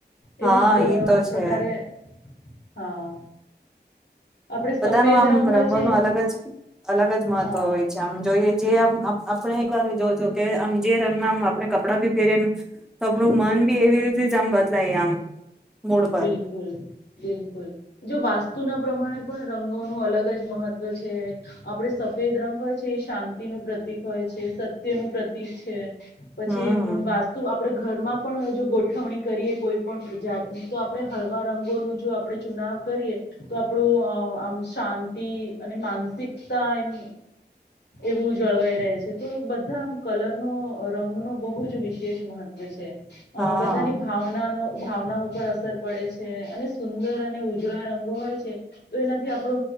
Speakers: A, on the left (about 70°); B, in the centre.
A: એવી
B: હા
A: જ
B: ઈ તો
A: પ્રકારે.
B: છે
A: હા. આપણે સફેદ
B: બધા ન આમ
A: રંગ હોય
B: રંગોનું
A: છે
B: અલગ જ અલગ જ મહત્વ
A: હા
B: હોય છે આમ જોઈએ. જે આમ આપણે એક વાર જોજો કે આમ જે રંગનામ આપણે કપડાં ભી પહેરેને તો આપણું મન બી એવી રીતે જ આમ બદલાય આમ. મૂડ પર
A: બિલકુલ બિલકુલ. જો વાસ્તુના પ્રમાણે પણ રંગોનું અલગ જ મહત્વ છે આપણે સફેદ રંગ હોય છે એ શાંતિનુંું પ્રતિક હોય છે સત્યનુંું પ્રતિક છે. પછી
B: હમ
A: વાસ્તુ. આપણે ઘરમાં પણ જો ગોઠવણી કરીએ કોઈ પણણ પ્રજા. તો આપડણે હળવા રંગોનું જો આપણે ચુનાવ કરીએ તો આપણું આમ શાંતિ અને માનસિકતા એમ એવું જળવાઈ રહે છે તો બધા આમ કલરનો રંગનો બહુ જ વિશેષ મહત્વ છે.
B: હા
A: અ બધાની ભાવનાનો ભાવનાઓ. અસર પડે છે અને સુંદર અને ઉજળા રંગો હોય છે તો એનાથી આપણો